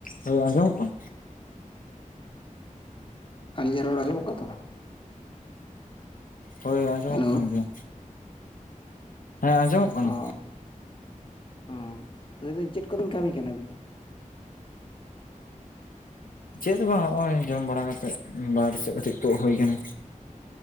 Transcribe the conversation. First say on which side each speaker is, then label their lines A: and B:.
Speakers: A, on the left; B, on the left.
A: ᱦᱚᱭ ᱟᱸᱡᱚᱢᱚᱜ ᱠᱟᱱᱟ?
B: ᱟᱹᱞᱤᱧᱟᱜ ᱨᱚᱲ ᱟᱡᱚᱢᱚᱜ ᱠᱟᱹ ᱛᱚ?
A: ᱦᱳᱭ ᱟᱸᱡᱚᱢᱚᱜ
B: ᱦᱮᱞᱳ
A: ᱠᱟᱱ ᱜᱮᱭᱟ᱾ ᱦᱮᱸ ᱟᱸᱡᱚᱢᱚᱜ ᱠᱟᱱᱟ᱾
B: ᱚ ᱚ ᱞᱟᱹᱭᱫᱟᱹᱧ ᱪᱮᱫ ᱠᱚᱵᱤᱱ ᱠᱟᱹᱢᱤ ᱠᱟᱱᱟ ᱵᱤᱱ?
A: ᱪᱮᱫ ᱦᱚᱸ ᱵᱟ ᱦᱚᱜ-ᱚᱭ ᱡᱚᱢ ᱵᱟᱲᱟ ᱠᱟᱛᱮᱫ ᱵᱟᱨ ᱥᱮᱫ ᱠᱟᱹᱴᱤᱡ ᱛᱳᱜ ᱦᱩᱭ ᱟᱠᱟᱱᱟ᱾